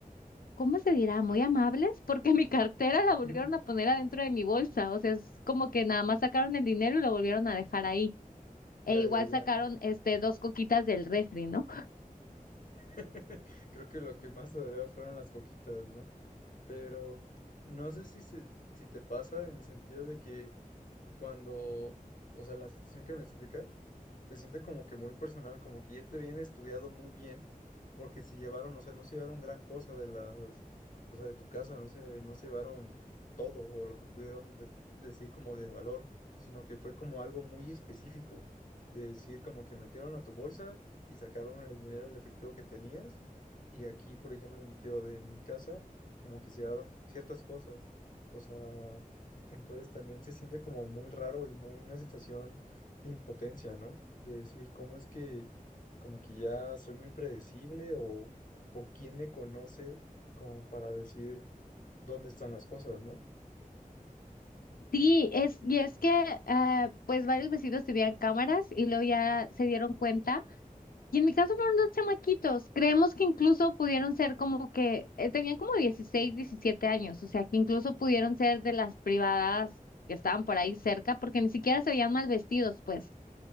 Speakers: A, on the left; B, on the left.
A: ¿cómo se dirá? Muy amables, <laughs> porque mi cartera la volvieron
B: Mm.
A: a poner adentro de mi bolsa, o sea, es como que nada más sacaron el dinero y lo volvieron a dejar ahí.
B: Ya,
A: E igual
B: ya,
A: sacaron
B: ya.
A: este dos coquitas del refri, ¿no?
B: <laughs> Creo que lo que más dolió fueron las coquitas, ¿no? Pero no sé si, se- si te pasa en el sentido de que cuando, o sea, la situación que me explicas, se siente como que muy personal, como que ya te viene estudiado muy bien, porque se llevaron, o sea, no se llevaron gran cosa de las, o sea, de tu casa, no se, no se llevaron todo o lo que pudieron de- decir como de valor, sino que fue como algo muy específico, de decir como que metieron a tu bolsa y sacaron el dinero, el efectivo que tenías, y aquí, por ejemplo, en el tío de mi casa, como que se llevaron ciertas cosas, o sea... Entonces también se siente como muy raro y muy una sensación de impotencia, ¿no? De decir, ¿cómo es que como que ya soy muy predecible o, o quién me conoce como para decir dónde están las cosas, ¿no?
A: Sí, es, y es que ah, pues varios vecinos tenían cámaras y luego ya se dieron cuenta Y en mi caso fueron dos chamaquitos. Creemos que incluso pudieron ser como que eh, tenían como 16, 17 años, o sea, que incluso pudieron ser de las privadas que estaban por ahí cerca, porque ni siquiera se veían mal vestidos, pues.